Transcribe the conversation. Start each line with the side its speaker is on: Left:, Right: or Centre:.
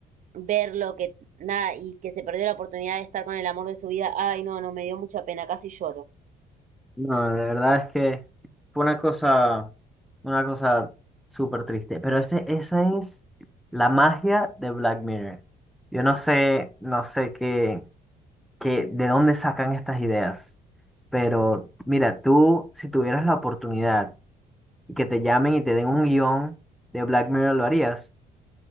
Right: verlo, que nada, y que se perdió la oportunidad de estar con el amor de su vida. Ay, no, no, me dio mucha pena, casi lloro.
Centre: No, de verdad es que fue una cosa, una cosa súper triste. Pero ese, esa es la magia de Black Mirror. Yo no sé, no sé qué, qué, de dónde sacan estas ideas. Pero mira, tú, si tuvieras la oportunidad y que te llamen y te den un guión de Black Mirror, ¿lo harías?